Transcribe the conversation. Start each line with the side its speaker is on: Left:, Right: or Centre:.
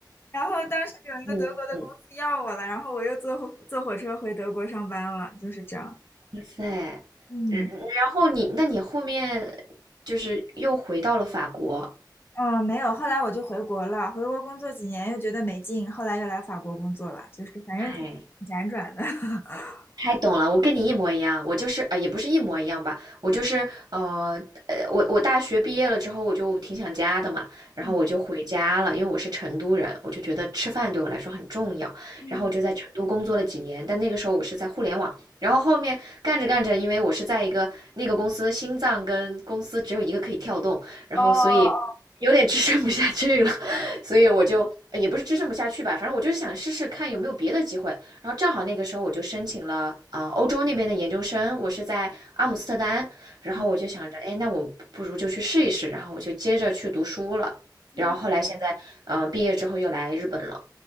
Left: 然后当时有一个德国的公司要我了，
Right: 嗯。
Left: 然后我又坐火坐火车回德国上班了，就是这样。
Right: 哇塞，
Left: 嗯
Right: 嗯，嗯然后你，那你后面就是又回到了法国，
Left: 嗯，呃没有，后来我就回国了，回国工作几年又觉得没劲，后来又来法国工作了，就是反正挺辗转的。
Right: 嗨，
Left: <laughs>
Right: 太懂了，我跟你一模一样，我就是呃，也不是一模一样吧，我就是呃呃，我我大学毕业了之后，我就挺想家的嘛，然后我就回家了，
Left: 嗯
Right: 因为我是成都人，我就觉得吃饭对我来说很重要，
Left: 嗯
Right: 然后我就在成都工作了几年，但那个时候我是在互联网，然后后面干着干着，因为我是在一个那个公司心脏跟公司只有一个可以跳动，然后所以有点支撑不下去了，
Left: 哦，
Right: <laughs> 所以我就呃也不是支撑不下去吧，反正我就是想试试看有没有别的机会。然后正好那个时候我就申请了啊、呃欧洲那边的研究生，我是在阿姆斯特丹，然后我就想着，
Left: 嗯
Right: 哎，那我不如就去试一试，然后我就接着去读书了，
Left: 嗯，
Right: 然后后来现在，嗯、毕业之后又来日本了。